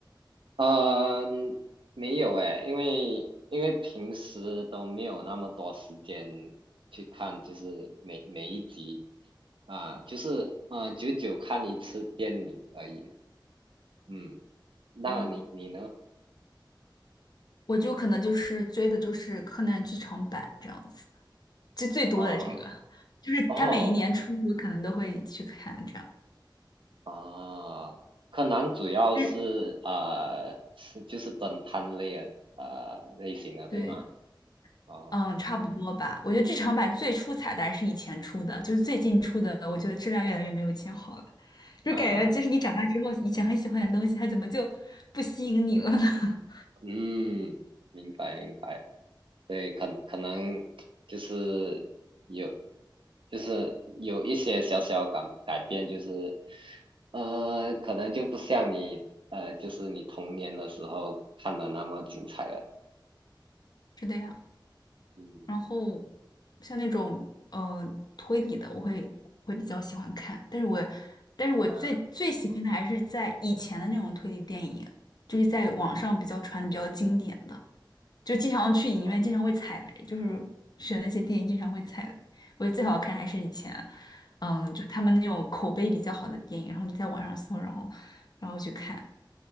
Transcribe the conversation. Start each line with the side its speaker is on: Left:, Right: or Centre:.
Right: 嗯，没有诶，因为因为平时都没有那么多时间去看，就是每每一集啊，就是嗯，呃久久看一次电影而已。嗯，那你你呢？
Left: 嗯，我就可能就是追的就是柯南剧场版这样子。就最多的这个，
Right: 啊，
Left: 就是他每一年出，
Right: 哦
Left: 我可能都会去看这样。
Right: 啊，柯南主要是呃是就是侦探类的呃类型的，
Left: 日，
Right: 对吗？
Left: 对，
Right: 哦
Left: 嗯，差不多吧。我觉得剧场版最初彩蛋是以前出的，就是最近出的，我觉得质量越来越没有以前好了。
Right: 啊，
Left: 就感觉就是你长大之后，以前很喜欢的东西，它怎么就不吸引你了呢？
Right: 嗯，明白明白。对，可可能就是有，就是有一些小小改改变，就是呃，可能就不像你呃，就是你童年的时候看的那么精彩了。
Left: <laughs> 是的呀。
Right: 嗯
Left: 然后像那种呃推理的，我会会比较喜欢看，但是我但是我最最喜欢的还是在以前的那种推理电影，
Right: 啊，
Left: 就是在网上比较传的比较经典的。就经常去影院，
Right: 好
Left: 经常会踩雷，就是选那些电影经常会踩雷。我觉得最好看还是以前，嗯，就他们那种口碑比较好的电影，然后你在网上搜，然后然后去看，